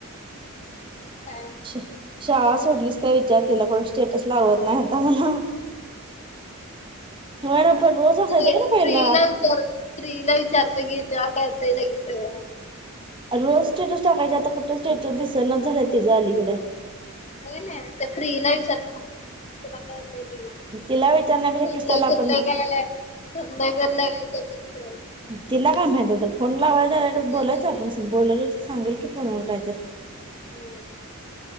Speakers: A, on the left; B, on the right.
A: मग काय?
B: छे शाळा सोडलीस काय इचार तिला कोण स्टेटस लावत नाही आता म्हणाव. ना पण रोज असायचं
A: प्रिय
B: का नाही पहिला
A: प्रिइला विचारत. प्रिइला विचारते की तिला कळतय लगेच सगळं.
B: अ रोज स्टेटस टाकायची आता कुठं स्टेटस दिसना झालंय तिच अलीकड.
A: होय ने त्या प्रिइला विचारते थांब तिला कळतय लगेच.
B: तिला विचारण्यापेक्षा
A: ठरलय
B: कशाला आपण
A: करलय काय आलंय, ठरलय करलय. <unintelligible>
B: ह तिला काय माहित होत फोन लावाय डायरेक्ट
A: नाही
B: बोलायचं
A: नाही
B: आपण स बोलेल सांगेल की फोनवर काय तर.
A: नाही